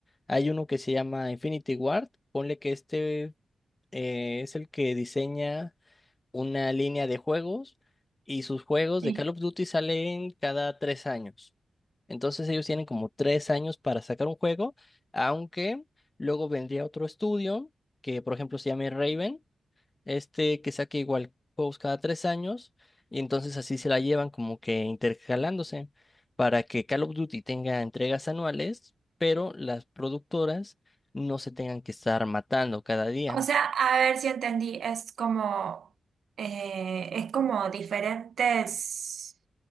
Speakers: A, on the left; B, on the right.
A: Hay uno que se llama Infinity Ward, ponle que este eh, es el que diseña una línea de juegos y sus juegos
B: sí.
A: de Call of Duty salen cada tres años. Entonces ellos tienen como tres años para sacar un juego, aunque luego vendría otro estudio que por ejemplo se llama Raven este que saque igual juegos cada tres años y entonces así se la llevan como que intercalándose para que Call of Duty tenga entregas anuales, pero las productoras no se tengan que estar matando cada día.
B: O sea, a ver si entendí, es como, eh, es como diferentes